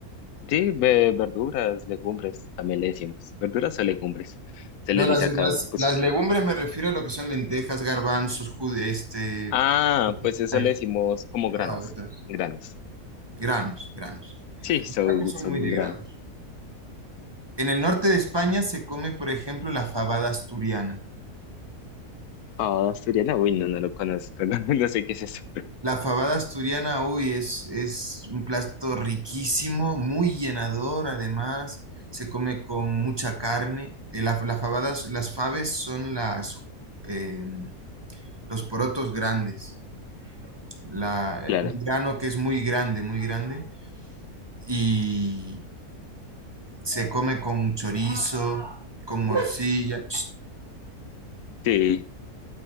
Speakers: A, on the left (about 80°); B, on the right (about 20°).
A: Sí, ve- verduras, legumbres, también le decimos. Verduras o legumbres. Se
B: No,
A: les
B: las,
A: dice acá,
B: las,
A: pues.
B: las legumbres me refiero a lo que son lentejas, garbanzos, jude, este,
A: Ah, pues eso
B: a eso,
A: le decimos como
B: caraotas,
A: granos. Granos.
B: granos, granos.
A: Sí,
B: En
A: son,
B: España son
A: son
B: muy de
A: granos.
B: granos. En el norte de España se come, por ejemplo, la fabada asturiana.
A: Ah, asturiana, uy, no, no lo conozco. <laughs> No, no sé qué es eso.
B: La fabada asturiana, uy, es, es un plato riquísimo, muy llenador, además, se come con mucha carne. Eh, la- la fabada- las fabes son las, eh, los porotos grandes. la,
A: Claro.
B: un grano que es muy grande, muy grande, y se come con chorizo, con morcilla.
A: Sí,